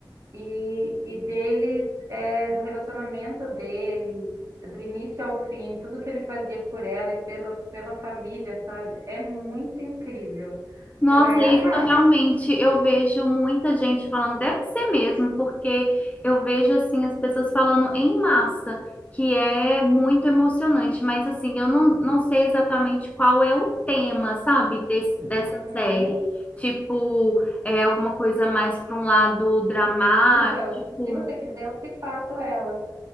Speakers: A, on the right (about 45°); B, on the left (about 20°).
A: e, e deles, é, do relacionamento deles, do início ao fim, tudo que ele fazia por ela e pela, pela família, sabe? É muito incrível.
B: Nossa,
A: Você vai amar.
B: é isso realmente eu vejo muita gente falando, deve ser mesmo, porque eu vejo assim as pessoas falando em massa, que é muito emocionante, mas assim, eu não, não sei exatamente qual é o tema, sabe, desse, dessa
A: Uhum.
B: série. Tipo, é alguma coisa mais para um lado dramático.
A: Então, se você quiser, eu te faço ela.